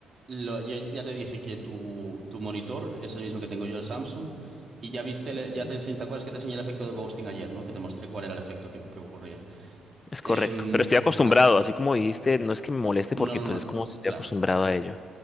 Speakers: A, on the right; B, on the left.
A: lo- ya, ya te dije que tu, tu monitor es el mismo que tengo yo, el Samsung, y ya viste, el- ya
B: Sí.
A: te enseñé, ¿te acuerdas que te enseñé el efecto de ghosting ayer, ¿no? Que te mostré cuál era el efecto que, que ocurría.
B: Es
A: Em,
B: correcto, pero estoy acostumbrado,
A: ah,
B: así como dijiste, no es que me moleste
A: no,
B: porque
A: no,
B: pues
A: no,
B: es como si estoy
A: claro,
B: acostumbrado a ello.